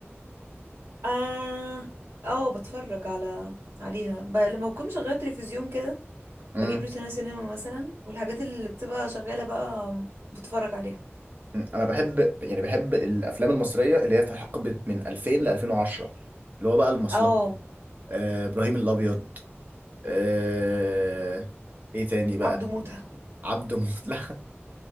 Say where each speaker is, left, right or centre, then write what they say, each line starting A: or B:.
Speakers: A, on the right; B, on the right.
A: اه آه، بتفرج على عليها ب... لما بكون شغاله تلفزيون كده
B: امم
A: بجيب روتانا سينما مثلا والحاجات اللي بتبقى شغاله بقى بتفرج عليها
B: انا بحب يعني بحب الافلام المصرية اللي هي في حقبة من 2000 ل 2010 اللي هو بقى المصلحة
A: اه
B: آه، ابراهيم الابيض آه... ايه تاني بقى
A: عبده موته
B: عبده موت <laughs> لا